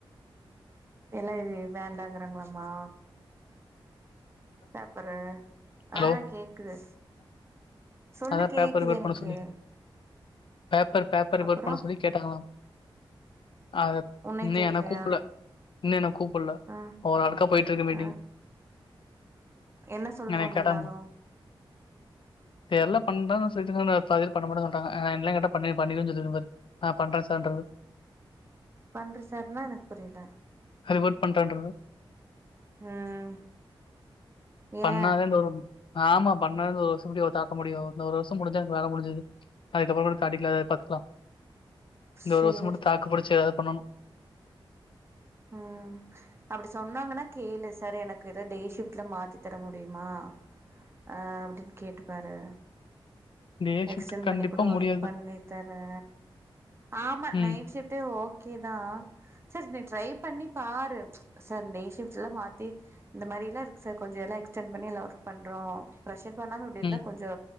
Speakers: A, on the right; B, on the left.
A: இல்ல இது இது வேண்டாங்கிறாங்களமா பேப்பரு
B: ஹலோ
A: ஆ கேக்குது சொல்லு
B: அதா
A: கேக்குது
B: பேப்பர் ரிவட்
A: எனக்கு
B: பண்ண சொல்லி பேப்பர் பேப்பர் ரிவட்
A: அப்புறோ
B: பண்ண சொல்லி கேட்டாங்களா அ
A: உன்னை
B: இன்னு
A: கேக்கலையா
B: என்ன கூப்ல இன்னு என்ன கூப்புட்ல
A: ஆ
B: ஒரு ஆளுக்க போயிட்டு இருக்கு மீட்டிங்
A: ஆ என்ன சொல்றாங்க
B: என்னைய கேட்டாங்க
A: எல்லாரு
B: தெர்ல பண்றன் சொல்லிட்டு பாதி பேரு பன்ன மாட்டேனு இருந்தாங்க என்ன எல்லா கேட்டா பண்ணி பண்ணிருவே சொல்லிருவ பாரு ஆ பண்றே சார் ன்று
A: பண்றே சார்னா எனக்கு புரில
B: ரிவர்ட் பண்றன்ற
A: ம் ஏ
B: பண்ணாதே இந்த <inaudible> ஆமா பண்ணாத ஒரு <unintelligible> தாக்க முடியு இந்த ஒரு வருஷோ முடிஞ்சா எனக்கு வேல முடிஞ்சது அதுக்கப்பற கூட காட்டிக்கலா அது பாத்துக்கலா இந்த
A: சேரி
B: ஒரு வருஷம் மட்டு தாக்குப்புடிச்சு எதாது பண்ணனு
A: ம் அப்படி சொன்னாங்கன்னா கேளு சார் எனக்கு எதா டே ஷிப்ட்ல மாத்தி தர முடியுமா அ அப்டின்னு கேட்டுப்பாரு
B: டே
A: எக்ஸ்டெண்ட்
B: ஷிப்ட் கண்டிப்பா
A: பண்ணிக் கூட ஒர்க்
B: முடியாது
A: பண்ணி தரே ஆமா
B: ம்
A: நைட் ஷிப்டே ஓ க்கே தா சர் நீ ட்ரை பண்ணி பாரு சார் டே ஷிப்ட்ல மாத்தி இந்த மாரிலா இருக்கு சார் கொஞ்சோ எல்லா எக்ஸ்டென்ட் பண்ணி எல்லா ஒர்க் பண்றோ பிரஷர் பண்ணாம இப்டி இருந்தா
B: ம்
A: கொஞ்சோ